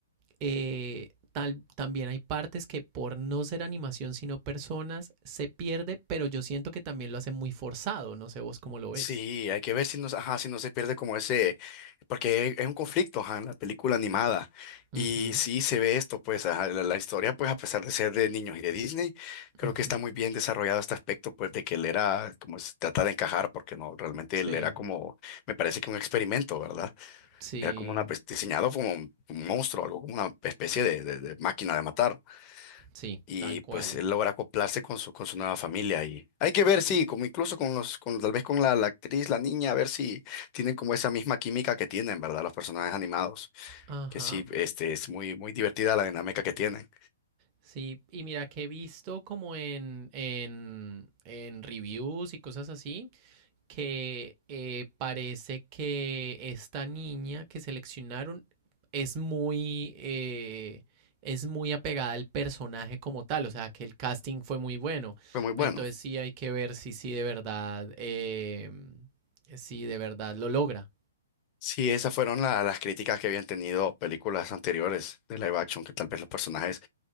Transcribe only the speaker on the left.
Sí, hay que ver si no, ajá, si no se pierde como ese, porque es un conflicto, ajá, en la película animada.
Y sí se ve esto, pues, ajá, la, la historia, pues, a pesar de ser de niños y de Disney, creo
que está muy bien desarrollado este aspecto, pues, de que él era, como se trata de encajar, porque no, realmente
él era como, me parece que un experimento, ¿verdad?
Era como una, pues, diseñado como un, un monstruo, algo como una especie de, de- de máquina de matar.
Y
pues él logra acoplarse con su, con su nueva familia. Y hay que ver, si como incluso con los, con, tal vez con la, la actriz, la niña, a ver si tienen como esa misma química que tienen, ¿verdad? Los personajes animados.
Que sí, este, es muy, muy divertida la dinámica que tienen.
Fue muy bueno.
Sí, esas fueron la- las críticas que habían tenido películas anteriores de live action, que tal vez los personajes